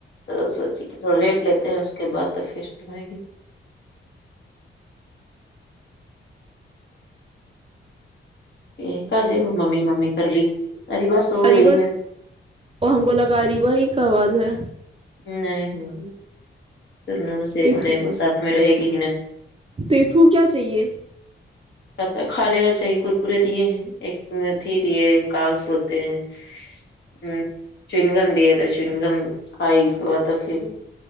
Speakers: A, on the left; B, on the right.
A: تو سوچی کہ تھوڑا لیٹ لیتے ہیں اس کے بعد تو پھریں گے یہ کا جیرو ممی ممی کر رہی اری بس ہو
B: اریبہ
A: گئی ہے
B: ہم کو لگا اریبہ ہی کا آواز ہے
A: نہیں تم سے
B: تو اس
A: ان کو ساتھ میں رہے گی ہی نا
B: تو اس کو کیا چاہیے
A: کہتا کھانے والے چاہیے ککرے دیے ہیں ایک تھی دیے کاغذ بولتے ہیں ہممم چنگم دیا تو چنگم کھائی اس کے بعد تو پھر